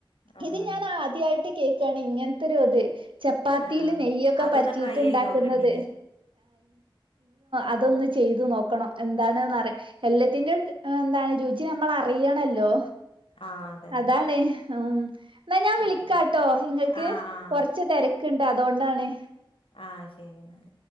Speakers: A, on the left; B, on the right.
A: ആ
B: ഇത് ഞാൻ ആദ്യായിട്ട് കേ എക്കാണി ഇങ്ങത്തെ ഒരു ഇത് ചപ്പാത്തിയിൽ
A: ആഹ്
B: നെയ്യൊക്കെ
A: അതൊന്ന്
B: പരത്തിയിട്ട്
A: ട്രൈ ചെയ്ത്
B: ഉണ്ടാക്കുന്നത്
A: നോക്കണ്ടിനി
B: <inaudible> അതൊന്ന് ചെയ്തു നോക്കണം എന്താണെന്ന് അറിയാ എല്ലത്തിന്റും ആ എന്തായാലും രുചി നമ്മൾ അറിയണല്ലോ
A: ആഹ് അതന്നെ
B: അതാണ് ഉം എന്നാ ഞാൻ വിളിക്കാട്ടോ
A: ഉം
B: നിങ്ങൾക്
A: ആഹ് ആഹ്
B: കുറച്ച് തിരക്കുണ്ട് അതോണ്ടാണ്
A: ആ ശെരിന്നാൽ